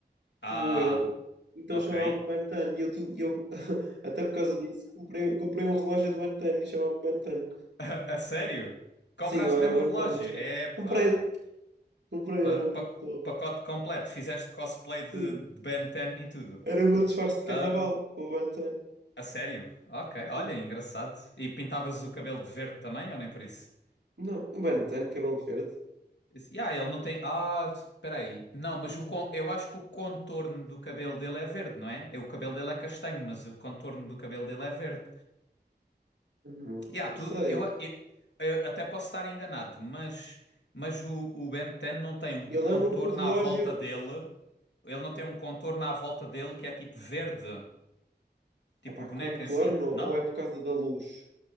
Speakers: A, on the left; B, on the right.
A: Ah,
B: como ele, então
A: ok.
B: chamava-me Ben Tan. E eu tinha, eu, <laughs> até por causa disso, comprei, comprei um relógio do Ben Tan e chamava-me Ben Tan.
A: A, a sério? Compraste
B: Sim, eu era
A: mesmo
B: o Ben
A: o relógio?
B: Tan da escola.
A: Epá.
B: Comprei, comprei,
A: Pa,
B: era muito
A: pa,
B: top.
A: pacote completo. Fizeste cosplay
B: Sim,
A: de, de Ben 10 e tudo.
B: era o meu disfarce de
A: Ah,
B: carnaval, o Ben Tan.
A: a sério? Ok, olha,
B: Sim.
A: engraçado. E pintavas o cabelo de verde também, ou nem por isso?
B: Não, o Ben Tan, cabelo verde,
A: Esse- Yeah, ele não tem. Ah, t- peraí. Não, mas o con- eu acho que o contorno do cabelo dele é verde, não é? É, O cabelo dele é castanho, mas o contorno do cabelo dele é verde.
B: não,
A: Yeah,
B: não
A: tu...
B: sei.
A: eu... Eu... eu até posso estar enganado, mas, mas o... o Ben 10 não tem um contorno
B: Eu lembro-me que o relógio
A: à volta dele. Ele não tem um contorno à volta dele que é tipo verde, tipo
B: é para
A: o
B: contorno
A: boneco em si, não?
B: ou é por causa da luz?